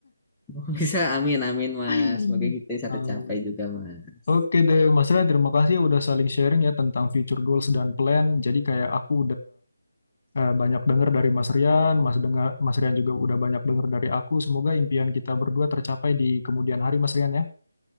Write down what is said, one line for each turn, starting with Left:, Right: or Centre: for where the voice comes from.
Centre: <laughs> Bisa amin amin mas.
Left: <laughs>
Centre: Semoga kita bisa
Left: Um,
Centre: tercapai juga mas.
Left: Oke deh, Mas Rian, terima kasih ya udah saling sharing ya tentang future goals dan plan. Jadi kayak aku eh, banyak dengar dari Mas Rian, Mas dengar Mas Rian juga udah banyak dengar dari aku. Semoga impian kita berdua tercapai di kemudian hari, Mas Rian ya.